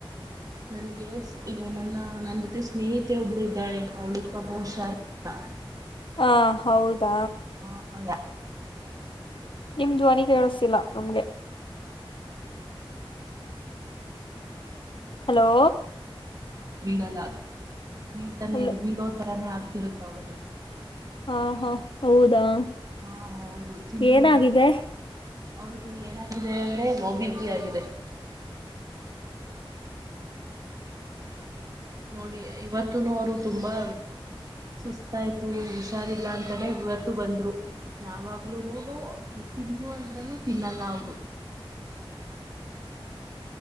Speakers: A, on the right; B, on the left.
A: ನನ್ಗೆ ಇವ ನನ್ನ ನನ್ ಜೊತೆ ಸ್ನೇಹಿತೆ ಒಬ್ಳ ಇದ್ದಾಳೆ ಅವಳಿಗೆ ಬಹುಸರೆಲಾ
B: ಹಾ ಹೌದಾ
A: ಹ ಯ
B: ನಿಮ ಜ್ವನಿ ಕೇಳಿಸ್ತಿಿಲ್ಲಾ ನಮ್ಗೆ ಹಲೋ
A: ಬೀಳಲ್ಲ ಬೀಳ್ತಾನ
B: ಹಲೋ
A: ಬೀಳೋತರಾನೇ ಆಗ್ತಿರುತ್ತೆ ಅವಳಗೆ
B: ಹಾ ಹಾ ಹೌದಾ
A: ಹಾ ಹೌದು ತಿನ್ನು
B: ಏನಾಗಿದೆ
A: ಅಂದ್ರೆ ಅವ್ರಿಗೆ ಏನಾಗಿದೆ ಅಂದ್ರೆ ಲೋಬೆಪಿ ಆಗಿದೆ ನೋಡಿ ಇವತ್ತುನು ಅವರು ತುಂಬಾ ಸುಸ್ತಾಯ್ತು ಹುಷಾರಿಲ್ಲ ಅಂತಾನೇ ಇವತ್ತು ಬಂದ್ರು ಯಾವಾಗ್ಲೂ ನೋಡು ತಿನ್ನು ಅಂದ್ರನು ತಿನ್ನಲ್ಲ ಅವರು